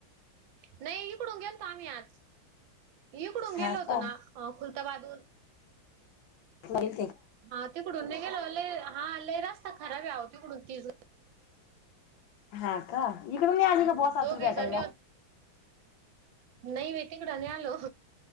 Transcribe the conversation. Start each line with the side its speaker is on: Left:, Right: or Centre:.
Right: नाही इकडून गेलतो आम्ही आज इकडून
Left: हा
Right: गेलो होतो
Left: का
Right: ना अं खुल्ता बहादूर
Left: नगिल
Right: हा तिकडून ने गेलो लय हा लय रास खराब आहे ओ तिकडून होती
Left: हा का? इकडून नाही आली
Right: <unintelligible>
Left: का बुवा सासूला
Right: दोघी
Left: भेटायला?
Right: जनी नई मी तिकडं नई आलो